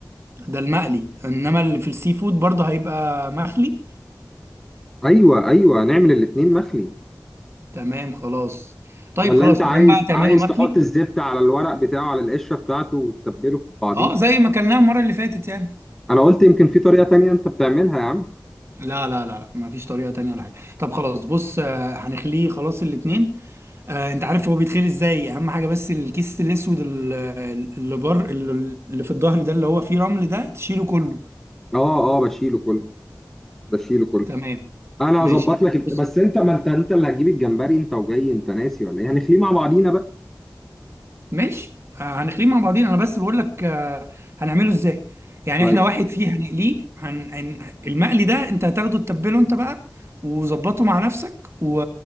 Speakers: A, on the right; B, in the centre.
A: ده المقلي انما اللي في السي فود برضه هيبقى مخلي
B: ايوه ايوه نعمل الاتنين مخلي
A: تمام خلاص طيب
B: ولا
A: خلاص
B: انت عايز
A: ما دام بقى هتعمله
B: عايز
A: مخلي
B: تحط الزبدة على الورق بتاعه على القشرة بتاعته وتتبله في بعضيه
A: اه زي ما اكلناه المرة اللي فاتت يعني
B: انا قلت يمكن في طريقة تانية انت بتعملها يا عم
A: لا لا لا لا مفيش طريقة تانية ولا حاجة طب خلاص بص آه، هنخليه خلاص الاتنين آه، انت عارف هو بيتخيل ازاي اهم حاجه بس الكيس الاسود ال- اللي بر اللي اللي في الظهر ده اللي هو فيه رمل ده تشيله كله
B: اه اه بشيله كله بشيله كله
A: تمام
B: انا
A: ماشي
B: هظبط لك
A: بص
B: بس انت ما انت انت اللي هتجيب الجمبري انت وجاي انت ناسي ولا ايه هنخليه مع بعضينا بقى
A: ماشي آه، هنخليه مع بعضين انا بس بقول لك آه، هنعمله ازاي يعني
B: طيب
A: احنا واحد فيه هنقليه هن... هن- المقلي ده انت هتاخده تتبله انت بقى وظبطه مع نفسك و...